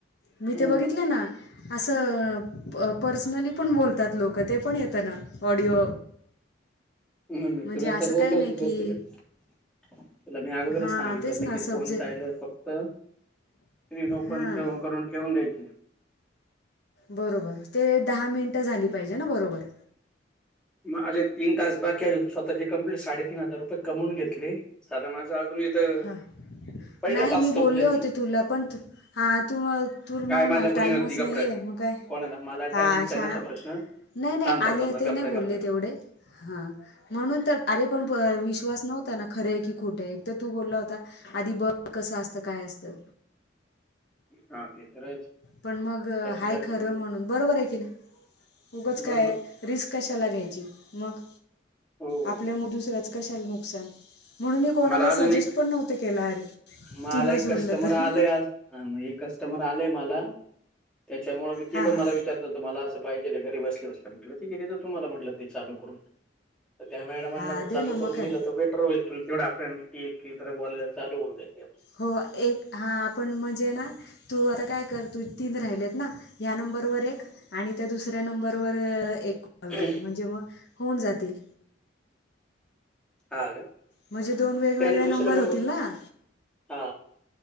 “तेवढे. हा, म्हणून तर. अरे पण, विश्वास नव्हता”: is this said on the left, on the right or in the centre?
Left